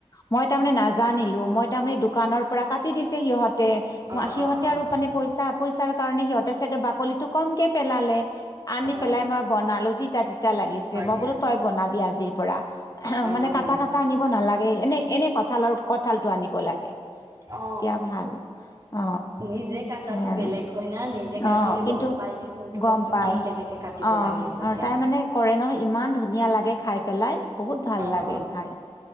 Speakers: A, on the left; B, on the right.
A: মই তাৰমানে নাজানিলো। মই তাৰমানে দোকানৰ পৰা কাটি দিছে সিহঁতে।
B: অ',
A: সিহঁতে
B: অ', অ',
A: আৰু মানে পইচা, পইচাৰ কাৰণে সিহঁতে বাকলিটো কমকে পেলালে। আনি
B: অ',
A: পেলাই
B: অ',
A: মই বনালো তিতা তিতা লাগিছে।
B: হয়
A: মই
B: দিয়া,
A: বোলো তই বনাবি আজিৰ পৰা
B: অ',
A: মানে কাটা
B: অ',
A: কাটা আনিব নালাগে। এনে এনে কঁঠালৰ কঁঠালটো আনিব লাগে।
B: অ
A: তেতিয়া ভাল অ
B: নিজে কাটাটো
A: সেই আৰু
B: বেলেগ হয় না। নিজে
A: অ',
B: কাটিলে
A: কিন্তু
B: গম পাই আজি কোনটো
A: গম
B: বস্তু
A: পাই।
B: কি কেনেকে কাটিব
A: অ',
B: লাগে হয়
A: আৰু
B: দিয়া,
A: তাই মানে কৰে ন ইমান ধুনীয়া লাগে খাই পেলাই। বহুত ভাল
B: অ
A: লাগে
B: অ।
A: খাই,